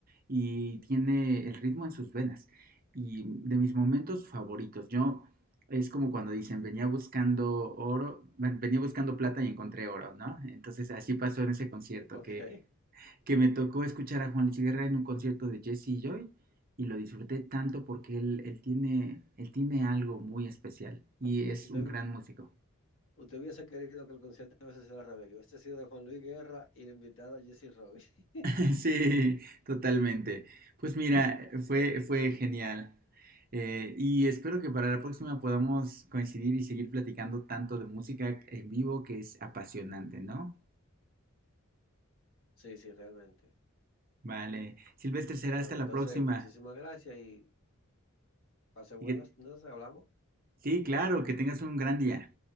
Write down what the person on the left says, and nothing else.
<laughs> ok.
Usted,
usted hubiese querido que el concierto hubiese sido al revés, que hubiese sido de Juan Luis Guerra y la invitada Jesse Roy. <laughs>
Ok,
sí, sí, realmente.
Bueno,
pues
entonces
muchísimas gracias y pase buenas,
entonces hablamos.